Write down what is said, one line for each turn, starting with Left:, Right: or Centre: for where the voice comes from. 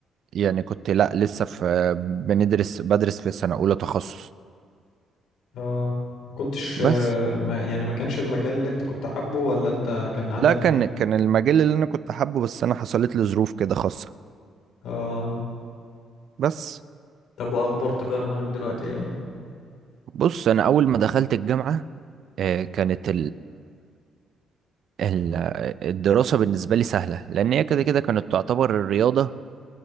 Right: يعني كنت لا لسه في آه، بندرس بدرس في سنة أولى تخصص
Left: اه ما كنتش
Right: بس
Left: آه، ما يعني ما كانش المجال اللي انت كنت حابه ولا انت كان عندك
Right: لا كان
Left: مش
Right: كان المجال اللي أنا كنت حابه بس أنا حصلت لي ظروف كده خاصة
Left: اه
Right: بس
Left: طب واخبار تجارة معاك دلوقتي ايه
Right: بص أنا أول ما دخلت الجامعة آه، كانت ال- الدراسة بالنسبة لي سهلة لأن هي كده كده كانت تعتبر الرياضة